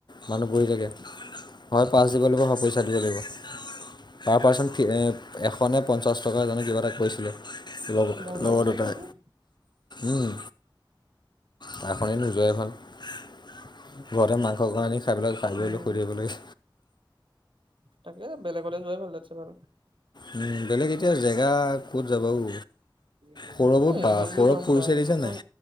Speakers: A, on the left; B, on the right.
A: মানুহ বহি থাকে। হয় পাঁচ দিব লাগিব, নহয় পইচা দিব লাগিব। পাৰ পাৰ্চন থি এ এশ নে পঞ্চাছ টকা জানো কিবা এটা কৈছিলে। লগৰ
B: বা ইমান
A: লগৰ
B: পইচা
A: দুটাই
B: দিব লাগেনে?
A: উম। তাৰ সলনি নোযোৱাই ভাল, ঘৰতে মাংস অকমাণ আনি <unintelligible> খাই বৈ লৈ শুই
B: উম
A: থাকিব লাগে।
B: তাকে বেলেগলে যোৱাই ভাল <unintelligible>
A: উম বেলেগ এতিয়া জেগা ক'ত যাবা ঔ?
B: <unintelligible>
A: সৌৰভো
B: এ
A: বা
B: হেৰিলে
A: সৌৰভ
B: যাওঁ
A: ফুৰিছে
B: বলা, আৰু
A: দেখিছা
B: হাফলং
A: নাই?